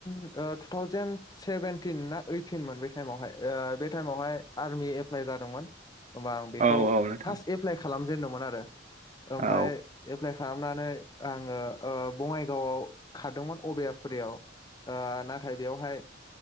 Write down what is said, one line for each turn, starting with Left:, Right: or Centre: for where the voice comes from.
Left: ओ थु थावजेन सेभेनटिन ना ओइटिनमोन बै टाइमावहाय ओ बे टाइमावहाय आरमि एप्लाइ जादोंमोन होमबा आं बेखौ
Right: औ औ नोंथां
Left: फास्ट एप्लाइ खा खालामजेनदोंमोन आरो ओमफ्राय
Right: औ अ
Left: एप्लाइ खालामनानै आङो ओ बङाइगावआव खारदोंमोन अबयापुरियाव ओ नाथाय बेयावहाय